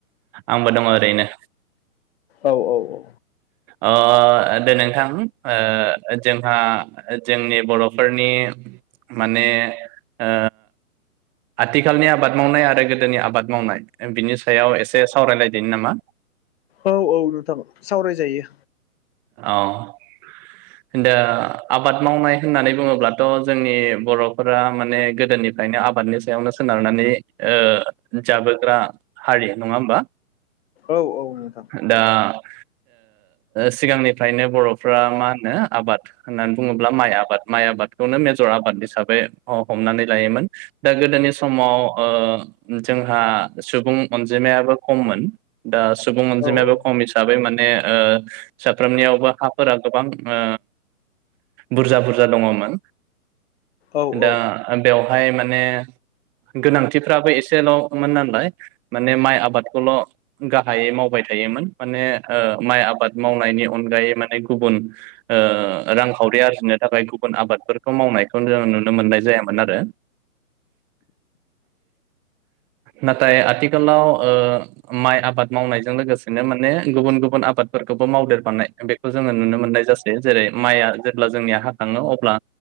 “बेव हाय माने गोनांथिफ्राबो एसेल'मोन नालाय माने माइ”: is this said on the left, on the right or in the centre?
Centre